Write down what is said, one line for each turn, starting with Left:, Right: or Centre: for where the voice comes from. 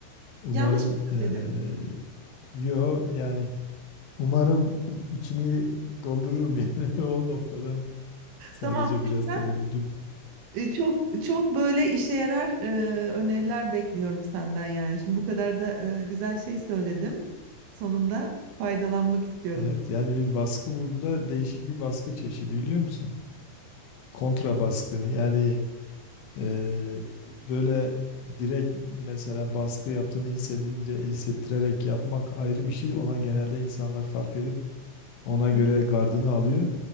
Left: Umarım
Right: Yanlış mı
Left: eee
Right: söyledim?
Left: yo yani umarım içini doldururum <laughs> yani o noktadan sadece
Right: Tamam, o
Left: biraz
Right: yüzden
Left: tereddüdüm.
Right: e, çok çok böyle işe yarar e, öneriler bekliyorum senden yani. Şimdi bu kadar da e, güzel şey söyledim. Sonunda faydalanmak istiyorum.
Left: Evet yani bir baskı bu, bu da değişik bir baskı çeşidi biliyor musun? Kontra baskı yani e, böyle direkt mesela baskı yaptığını hissedince hissettirerek yapmak ayrı bir şey. Ona genelde insanlar fark edip ona göre
Right: Hı
Left: gardını alıyor.